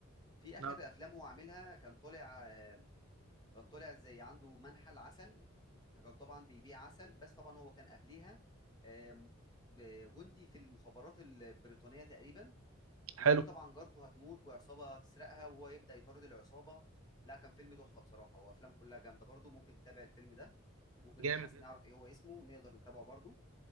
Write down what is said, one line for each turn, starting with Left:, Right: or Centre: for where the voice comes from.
Left: في اخر
Right: لا،
Left: افلام هو عاملها كان طالع آه، كان طالع زي عنده منحل عسل فكان طبعا بيبيع عسل بس طبعا هو كان قبليها آه، م- ب- جندي في المخابرات البريطانيه تقريبا
Right: حلو
Left: وفي طبعا جارته هتموت وعصابه هتسرقها وهو يبدا يطارد العصابه لا كان فيلم تحفه بصراحه وافلامه كلها جامده برضو ممكن تتابع الفيلم ده ممكن
Right: جامد
Left: نبحث
Right: جدا
Left: نعرف إيه هو اسمه ونقدر نتابعه برضه